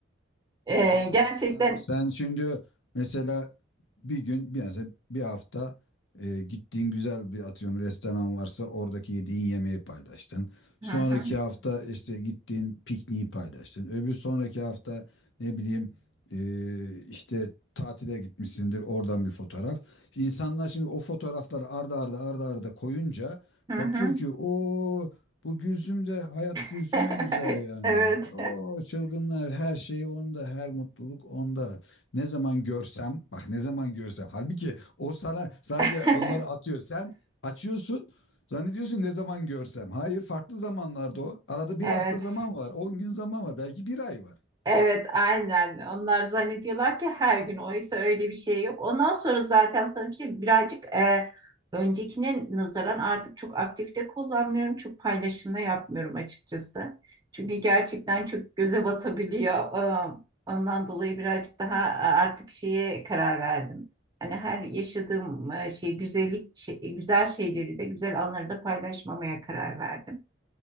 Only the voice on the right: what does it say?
E,
gerçekten.
Hı hı,
hı hı.
<laughs>
Evet.
<laughs>
Evet.
Evet, aynen. Onlar zannediyorlar ki her gün. Oysa öyle bir şey yok. Ondan sonra zaten sana bir şey birazcık e, öncekine nazaran artık çok aktif de kullanmıyorum. Çok paylaşımda yapmıyorum açıkçası. Çünkü gerçekten çok göze batabiliyor. E, ondan dolayı birazcık daha e, artık şeye karar verdim. Hani her yaşadığım e, şey güzellik, şey- güzel şeyleri de güzel anları da paylaşmamaya karar verdim.